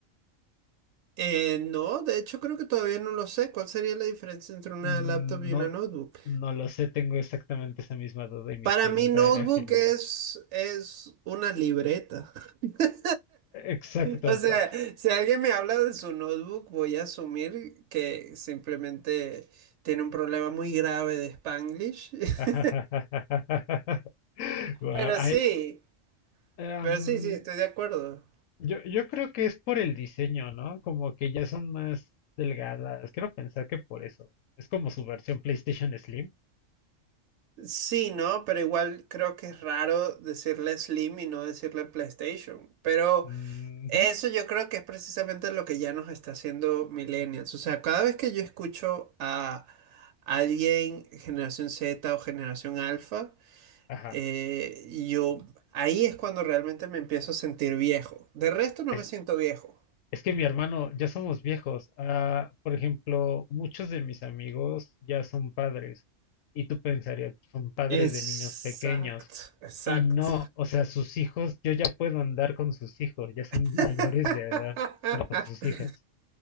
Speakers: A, on the right; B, on the left.
A: Eh, no, de hecho creo que todavía no lo sé. ¿Cuál sería la diferencia entre una
B: Mm,
A: laptop y
B: No,
A: una notebook?
B: no lo sé, tengo exactamente esa misma duda y mi
A: Para
B: pregunta
A: mí, notebook
B: era genuina.
A: es, es una libreta. <laughs>
B: Exacto.
A: O sea,
B: pa-
A: si alguien me habla de su notebook, voy a asumir que simplemente tiene un problema muy grave de Spanglish.
B: <laughs>
A: <laughs>
B: Guau,
A: Pero sí,
B: ay, em,
A: pero sí, sí, estoy de acuerdo.
B: Yo, yo creo que es por el diseño, ¿no? Como que ya son más delgadas. Quiero pensar que por eso. Es como su versión PlayStation Slim.
A: Sí, ¿no? Pero igual creo que es raro decirle Slim y no decirle PlayStation. Pero
B: Ujú,
A: eso yo creo que es precisamente lo que ya nos está haciendo Millennials. O sea, cada vez que yo escucho a alguien generación Z o generación Alfa,
B: Ajá.
A: Eh, yo ahí es cuando realmente me empiezo a sentir viejo. De resto no
B: Es,
A: me siento viejo.
B: es que mi hermano, ya somos viejos. Ah, por ejemplo, muchos de mis amigos ya son padres. Y tú pensarías, son padres
A: Exacto,
B: de niños pequeños.
A: exacto.
B: Y no, o sea, sus hijos, yo ya puedo andar con sus hijos, ya son
A: <laughs>
B: <laughs> mayores de edad. Bueno, con sus hijas.